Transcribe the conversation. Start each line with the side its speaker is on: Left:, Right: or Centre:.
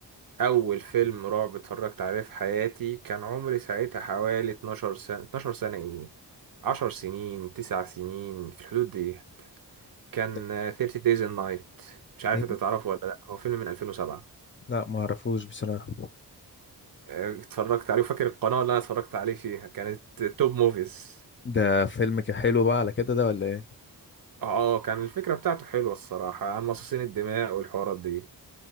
Right: اول فيلم رعب اتفرجت عليه في حياتي كان عمري ساعتها حوالي 12 سنة 12 سنة ايه 10 سنين 9 سنين في الحدود ديت كان
Left: ده
Right: آه، 30 Days and Night مش عارف
Left: ايه
Right: انت تعرفه ولا لا هو فيلم من 2007
Left: لا ما اعرفوش بصراحة
Right: آه، اتفرجت عليه وفاكر القناة اللي انا اتفرجت عليه فيها كانت توب موفيز
Left: ده فيلم كان حلو بقى على كده ده ولا ايه
Right: اه كان الفكرة بتاعته حلوة الصراحة عن مصاصين الدماء والحوارات دي